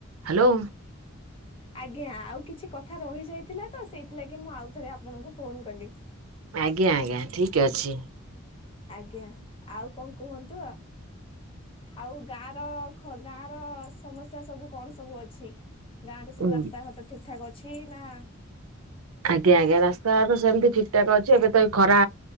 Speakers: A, on the right; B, on the left.
A: Hello.
B: ଆଜ୍ଞା ଆଉ କିଛି କଥା ରହିଯାଇଥିଲା ତ ସେଇଥିଲାଗି ମୁଁ ଆଉଥରେ ଆପଣଙ୍କୁ ଫୋନ କଲି।
A: ଆଜ୍ଞା ଆଜ୍ଞା ଠିକ ଅଛି।
B: ଆଜ୍ଞା ଆଉ କଣ କୁହନ୍ତୁ ଆ ଆଉ ଗାଁ ର ଗାଁ ର ସମସ୍ୟା ସବୁ କଣ ସବୁ ଅଛି ଗାଁ ରେ ସବୁ
A: ଉଁ
B: ରାସ୍ତାଘାଟ ଠିକ ଠାକ୍ ଅଛି ଛି ନା
A: ଆଜ୍ଞା ଆଜ୍ଞା ରାସ୍ତା ତ ସେମିତି ଠିକ ଠାକ ଅଛି ଏବେ ତ ଏ ଖରା